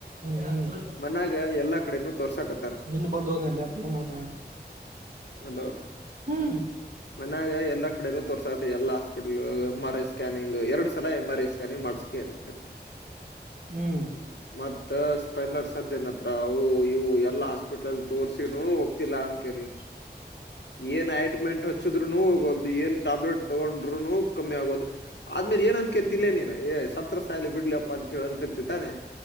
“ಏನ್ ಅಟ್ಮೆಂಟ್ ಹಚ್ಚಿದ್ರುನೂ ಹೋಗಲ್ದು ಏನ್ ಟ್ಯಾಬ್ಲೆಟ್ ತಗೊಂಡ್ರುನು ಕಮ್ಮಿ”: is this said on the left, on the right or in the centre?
Left